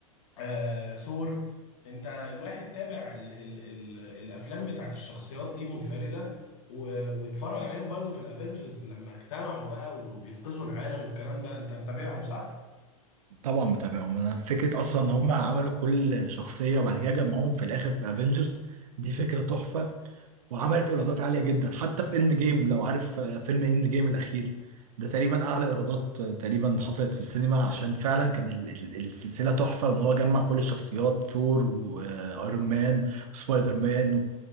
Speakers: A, on the left; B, on the right.
A: آه ثور انت الواحد تابع ال ال ال الافلام بتاعت الشخصيات دي منفردة و- واتفرج عليهم برضو في الافنجرز لما اجتمعوا بقى وبينقذوا العالم والكلام ده انت متابعهم صح؟
B: طبعا متابعهم أنا فكرة أصلا إن هم عملوا كل شخصية وبعد كده جمعوهم في الآخر في أفينجرز دي فكرة تحفة وعملت إيرادات عالية جدا حتى في إند جيم لو عارف آه، فيلم إند جيم الأخير ده تقريبا أعلى إيرادات آه، تقريبا حصلت في السينما عشان فعلا كان ال- ال- السلسلة تحفة وإن هو جمع كل الشخصيات ثور وأيرون مان وسبايدر مان